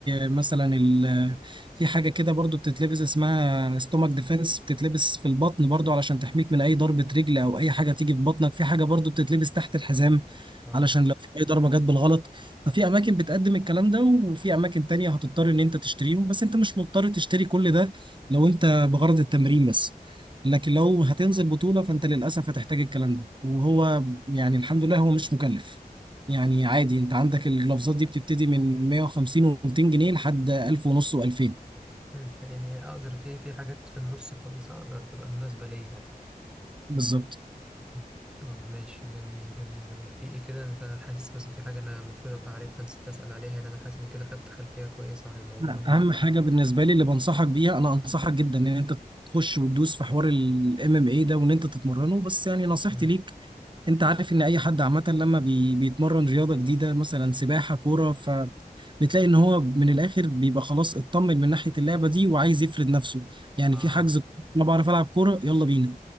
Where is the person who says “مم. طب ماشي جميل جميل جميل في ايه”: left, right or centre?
Centre